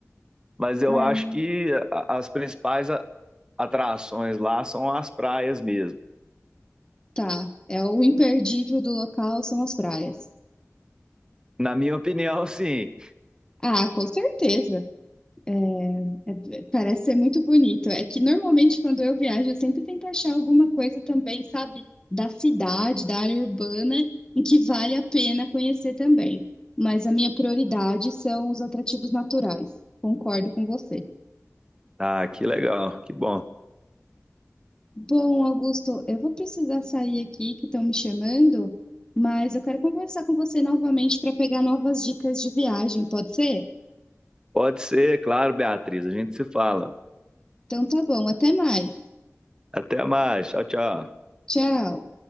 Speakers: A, on the right (about 15°); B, on the left (about 15°).
A: mas eu
B: Ah,
A: acho
B: é.
A: que a- as principais a- atrações lá são as praias mesmo.
B: tá. É o imperdível do local são as praias.
A: Na minha opinião, sim.
B: Ah, com certeza. É, É, Parece ser muito bonito. É que normalmente quando eu viajo, eu sempre tento achar alguma coisa também, sabe, da cidade, da área urbana, em que vale a pena conhecer também. Mas a minha prioridade são os atrativos naturais. Concordo com você.
A: Ah, que legal, que bom.
B: Bom, Augusto, eu vou precisar sair aqui, que estão me chamando, mas eu quero conversar com você novamente para pegar novas dicas de viagem, pode ser?
A: Pode ser, claro, Beatriz, a gente se fala.
B: Então tá bom, até mais.
A: Até mais, tchau, tchau.
B: Tchau.